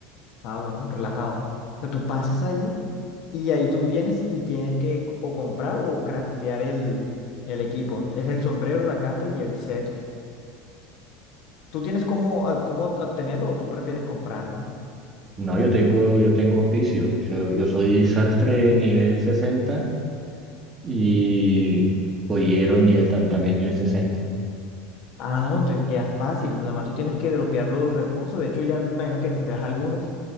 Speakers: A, on the left; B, on the right.
A: ah, bueno, relajado. O sea, tú pasas ahí Y ahí tú vienes y tienes que o comprar o craftear el, el equipo. Es el sombrero, la capa y el cetro. ¿Tú tienes cómo, ob- cómo obtenerlo o tú prefieres comprarlo?
B: No, yo tengo, yo tengo oficios. Yo, yo soy sastre nivel 60 y joyero nivel tam- también nivel 60.
A: Ah, no, te queda fácil. Nada más tú tienes que dropear los recursos. De hecho, ya me imagino que tendrás algunos